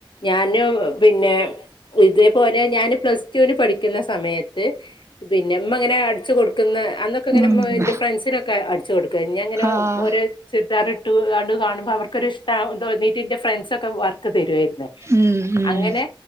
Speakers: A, on the left; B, on the right.
A: ഞാനു പിന്നെ.. ഇതേപോലെ ഞാന് പ്ലസ് ടൂന് പഠിക്കുന്ന സമയത്ത് പിന്നെ മ്മങ്ങനെ അടിച്ച് കൊടുക്കന്നെ അന്നൊക്കെ ഇങ്ങനെ
B: ഉം
A: മ് എന്റെ ഫ്രണ്ട്സിനൊക്കെ അടി ച്ച് കൊടുക്കുവാരുന്നു ഞാൻ അങ്ങനെ
B: ആഹ്
A: ഓ ഓരോ ചുരിദാർ ഇട്ടു കണ്ട് കാണുമ്പോ അവർക്കൊരിഷ്ടാവൂതോന്നീട്ടിന്റെ ഫ്രണ്ട്സ് ഒക്ക് <unintelligible> വർക്ക് തരുവായിരുന്നേ
B: ഉം ഉം
A: അങ്ങനെ